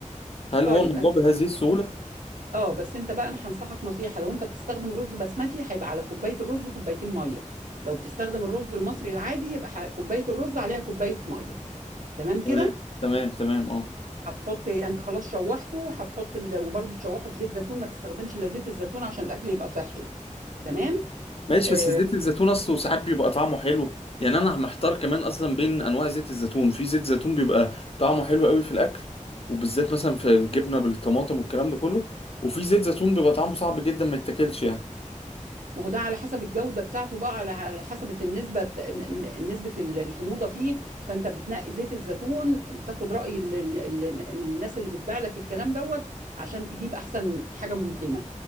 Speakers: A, on the left; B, on the right.
A: هل
B: طيب
A: هو الموضوع بهذه السهولة؟
B: اه بس انت بقى انا هنصحك نصيحه لو انت بتستخدم رز بسمتي هيبقى على كوبايه الرز كوبايتين ميه لو بتستخدم الرز المصري العادي يبقى ح- كوبايه الرز عليها كوبايه ميه تمام كده
A: تمام تمام تمام اه
B: هتحط انت خلاص شوحته هتحط ال... وبرده تشوحه في زيت زيتون ما تستخدمش الا زيت الزيتون عشان الاكل يبقى صحي تمام
A: ماشي
B: آه،
A: بس زيت الزيتون اصله ساعات بيبقى طعمه حلو يعني انا محتار كمان اصلا بين انواع زيت الزيتون في زيت زيتون بيبقى طعمه حلو قوي في الاكل وبالذات مثلا في الجبنه بالطماطم والكلام ده كله وفي زيت زيتون بيبقى طعمه صعب جدا ما يتاكلش يعني
B: ما هو ده على حسب الجودة بتاعته بقى على على حسب النسبة بتا... نسبة الحموضة فيه فأنت بتنقي زيت الزيتون بتاخد رأي ال... ال... ال- الناس اللي بتبيع لك الكلام دوت عشان تجيب أحسن حاجة ممكنة